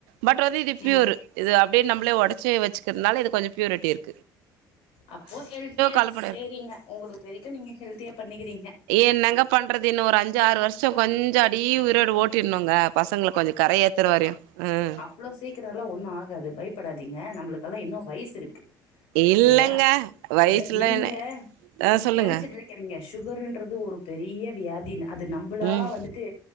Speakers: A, on the right (about 70°); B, on the left (about 60°).
A: பட் வந்து இது ப்யூரு
B: ம்
A: இது அப்டே நம்ளே ஒடச்சி வெச்சிக்கிறனால இது கொஞ்சோ பியூரிட்டி இரு
B: அப்போ ஹெல்த்தியா
A: கலப்படோ
B: சேரிங்க
A: இருக்கு
B: உங்களுக்கு வரைக்கு நீங்க ஹெல்த்தியா பண்ணிக்கிறீங்க
A: என்னங்க பண்றது இன்னு ஒரு அஞ்சு ஆறு வருஷோ கொஞ்சோ அப்டியே உயிரோட ஓட்டிற்னுங்க பசங்கள கொஞ்சோ கரையேத்துர வரையு ம்
B: இவ்ளோ சீக்கிரல்லா ஒண்ணு ஆகாது பயப்படாதீங்க நம்மளுக்கல்லா இன்னு வய்ஸ் இருக்கு
A: இல்லங்க
B: செரியா
A: வயசுல
B: அத நீங்க
A: என்ன ஆ சொல்லுங்க
B: நெனச்சிட்ருக் கிறீங்க சுகர்ன்றது ஒரு பெரிய வியாதின்னு அது நம்பளா
A: ம்
B: வந்துட்டு